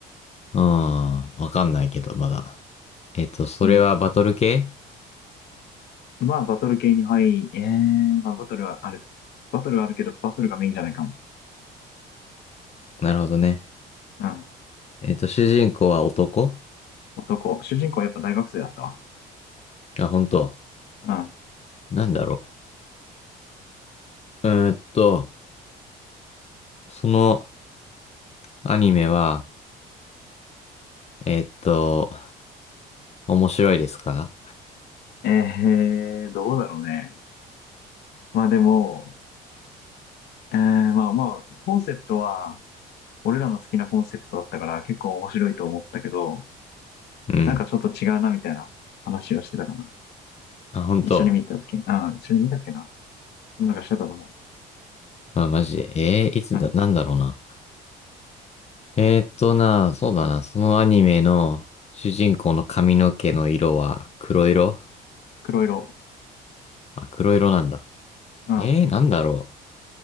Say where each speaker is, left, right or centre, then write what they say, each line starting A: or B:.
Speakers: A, on the left; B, on the left.
A: うーん、わかんないけど、まだ。えっと、それはバトル系
B: うん。まあバトル系に入り、えー、まあバトルはある。バトルはあるけど、バトルがメインじゃないかも。
A: なるほどね。
B: うん
A: えっと、主人公は男
B: どこ主人公はやっぱ大学生だったわ。
A: あ、本当。
B: うん。
A: なんだろう。うーんと、そのアニメは、えっと、面白いですか
B: えー、どうだろうね。まあでも、えー、まあまあ、コンセプトは、俺らの好きなコンセプトだったから結構面白いと思ったけど、
A: うん。
B: なんかちょっと違うなみたいな話をしてたかな。
A: あ、本当。
B: 一緒に見た時き、うん、一緒に見たっけな。なんかしてたと思
A: あ、マジで。えー、いつだ、
B: う。うん。
A: なんだろうな。えーっとな、そうだな。そのアニメの主人公の髪の毛の色は黒色
B: 黒色。
A: あ、黒色なんだ。
B: うん。
A: えー、なんだろ